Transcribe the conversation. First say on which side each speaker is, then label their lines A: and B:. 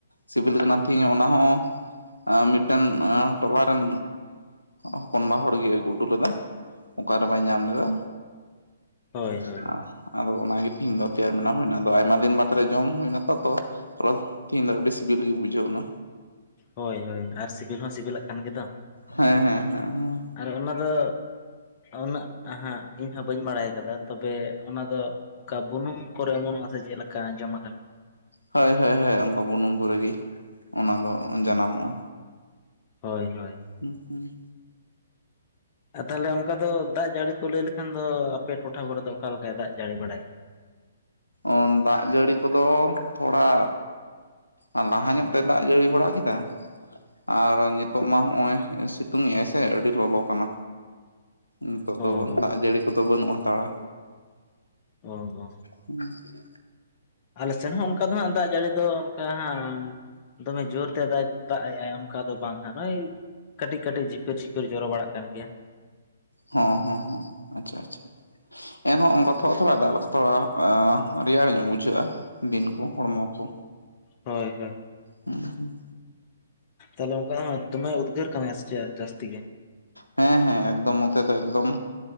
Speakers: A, on the left; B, on the left.
A: ᱥᱤᱵᱤᱞ ᱠᱟᱱᱟ ᱛᱤᱧ ᱚᱱᱟ ᱦᱚᱸ ᱢᱤᱫᱴᱮᱱ ᱴᱚᱞᱟᱨᱮᱱ ᱦᱚᱯᱚᱱᱵᱟ ᱦᱚᱲᱜᱭ ᱟᱹᱜᱩ ᱦᱚᱴᱚ ᱞᱮᱫᱟ᱾ ᱚᱠᱟᱨᱮ ᱵᱟᱭ ᱧᱟᱢ ᱞᱮᱫᱟ?
B: ᱦᱳᱭ
A: ᱦᱮ
B: ᱦᱳᱭ
A: ᱟᱫᱚ ᱚᱱᱟᱜᱮ ᱛᱤᱦᱤᱧ ᱫᱚ ᱛᱮᱭᱟᱨ ᱵᱤᱱᱟ ᱦᱩᱭᱱᱟ ᱟᱫᱚ ᱟᱭᱢᱟ ᱫᱤᱱ ᱵᱟᱫᱽ ᱨᱮ ᱡᱚᱢ ᱦᱩᱭᱱᱟᱛᱚ ᱛ ᱛᱮᱦᱤᱧ ᱫᱚ ᱟᱹᱰᱤ ᱥᱤᱵᱤᱞ ᱜᱮ ᱵᱩᱡᱷᱟᱹᱣ ᱮᱱᱟ
B: ᱦᱳᱭ ᱦᱳᱭ ᱟᱨ ᱥᱤᱵᱤᱞ ᱦᱚᱸ ᱥᱤᱵᱤᱞᱟᱜ ᱠᱟᱱ ᱜᱮ ᱫᱚ
A: ᱦᱮᱸ ᱦᱮᱸ ᱦᱮᱸ ᱦᱮᱸ
B: ᱟᱨ ᱚᱱᱟ ᱫᱚ ᱩᱱᱟᱹᱜ ᱟᱦᱟᱸᱜ ᱤᱧ ᱦᱚᱸ ᱵᱟᱹᱧ ᱵᱟᱲᱟᱭ ᱠᱟᱫᱟ ᱛᱚᱵᱮ ᱚᱱᱟ ᱫᱚ ᱚᱱᱠᱟ ᱵᱩᱱᱩᱢ ᱠᱚᱨᱮ ᱮᱢᱚᱱᱚᱜᱼᱟ ᱥᱮ ᱪᱮᱫ ᱞᱮᱠᱟ ᱟᱸᱡᱚᱢ ᱟᱠᱟᱱᱟ᱾
A: ᱦᱟᱹᱭ ᱦᱟᱹᱭ ᱦᱮ ᱚᱱᱠᱟ ᱵᱩᱱᱩᱢ ᱠᱚᱨᱮᱜᱮ ᱚᱱᱟ ᱫᱚ ᱡᱟᱱᱟᱢᱚᱜᱼᱟ᱾
B: ᱦᱚᱭ ᱦᱚᱭ
A: ᱦᱩᱸ ᱦᱩᱸ
B: ᱟᱨ ᱛᱟᱦᱞᱮ ᱚᱱᱠᱟ ᱫᱚ ᱫᱟᱜ ᱡᱟᱹᱲᱤ ᱠᱚ ᱞᱟᱹᱭ ᱞᱮᱠᱷᱟᱱ ᱫᱚ ᱟᱯᱮ ᱴᱚᱴᱷᱟ ᱠᱚᱨᱮ ᱫᱚ ᱚᱠᱟ ᱞᱮᱠᱟᱭ ᱫᱟᱜ ᱡᱟᱹᱲᱤ ᱵᱟᱲᱟᱭᱮᱫᱼᱟ?
A: ᱚ ᱫᱟᱜ ᱡᱟᱹᱲᱤ ᱠᱚᱫᱚ ᱛᱷᱚᱲᱟ ᱟᱨ ᱞᱟᱦᱟ ᱧᱚᱜ ᱛᱮ ᱫᱟᱜ ᱡᱟᱹᱲᱤ ᱵᱟᱲᱟ ᱠᱮᱫᱟ ᱟᱨ ᱱᱤᱛᱚᱜ ᱢᱟ ᱦᱚᱸᱜᱼᱚᱭ ᱥᱤᱛᱩᱝᱮᱜᱼᱟᱭ ᱥᱮ ᱟᱹᱰᱤ ᱞᱚᱞᱚ ᱠᱟᱱᱟ ᱱᱤᱛᱚᱜ ᱫᱚ
B: ᱚ ᱦᱚᱸ
A: ᱫᱟᱜ ᱡᱟᱹᱲᱤ ᱠᱚᱫᱚ ᱵᱟᱹᱱᱩᱜ ᱦᱟᱛᱟᱲᱟ᱾
B: ᱚᱲᱜᱚ
A: <inaudible>
B: ᱟᱞᱮ ᱥᱮᱱ ᱦᱚᱸ ᱚᱱᱠᱟ ᱫᱚ ᱦᱟᱸᱜ ᱫᱟᱜ ᱡᱟᱹᱲᱤ ᱫᱚ ᱚᱱᱠᱟ ᱦᱮᱸ ᱫᱚᱢᱮ ᱡᱚᱨ ᱛᱮ ᱫᱟᱜ ᱮᱜ ᱟᱭ ᱚᱱᱠᱟ ᱫᱚ ᱵᱟᱝ ᱵᱷᱟᱹᱭ ᱠᱟᱹᱴᱤᱡ ᱠᱟᱹᱴᱤᱡ ᱡᱷᱤᱯᱤᱨ ᱡᱷᱤᱯᱤᱨ ᱡᱚᱨᱚ ᱵᱟᱲᱟᱜ ᱠᱟᱱ ᱜᱤᱭᱟ᱾
A: ᱦᱟᱸ ᱦᱟᱸ ᱦᱟᱸ ᱟᱪᱷᱟ ᱟᱪᱷᱟ ᱮᱱᱦᱚᱸ ᱚᱱᱠᱟ ᱛᱷᱚᱲᱟ ᱛᱷᱚᱲᱟᱭ ᱫᱟᱜ ᱞᱮᱠᱷᱟᱱ ᱛᱷᱚᱲᱟ ᱨᱮᱭᱟᱲ ᱧᱚᱜ ᱵᱩᱡᱷᱟᱹᱜᱼᱟ ᱫᱤᱱ ᱠᱚ ᱦᱚᱲᱢᱚ ᱠᱚ
B: ᱦᱚᱭ ᱦᱚᱭ
A: ᱩᱸ ᱦᱩᱸ
B: ᱛᱟᱦᱞᱮ ᱚᱱᱠᱟ ᱫᱚᱢᱮ ᱩᱫᱽᱜᱟᱹᱨ ᱠᱟᱱᱟ ᱪᱮ ᱡᱟᱹᱥᱛᱤ ᱜᱮ
A: ᱦᱮᱸ ᱦᱮᱸ ᱮᱠᱫᱚᱢ ᱢᱚᱛᱮ ᱫᱚ ᱮᱠᱫᱚᱢ